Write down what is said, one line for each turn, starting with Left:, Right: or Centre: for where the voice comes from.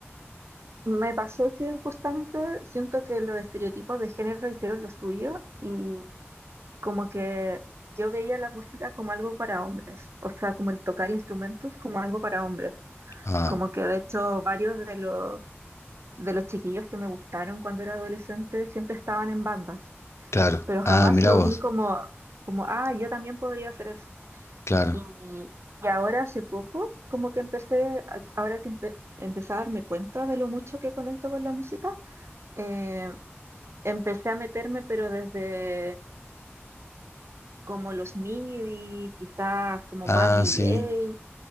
Right: Me pasó que justamente siento que los estereotipos de género hicieron lo suyo y como que yo veía la música como algo para hombres, o sea, como el tocar instrumentos como algo para hombres.
Left: Ah,
Right: Como que de hecho varios de los de los chiquillos que me gustaron cuando era adolescente siempre estaban en bandas,
Left: claro.
Right: pero jamás
Left: Ah, mirá
Right: lo
Left: vos.
Right: vi como, como, ah, yo también podría hacer eso.
Left: Claro.
Right: Y, y ahora hace poco, como que empecé, a- ahora que empe- empecé a darme cuenta de lo mucho que conecto con la música, eh, empecé a meterme, pero desde como los MIDI, quizás como
Left: Ah,
Right: más DJ,
Left: sí.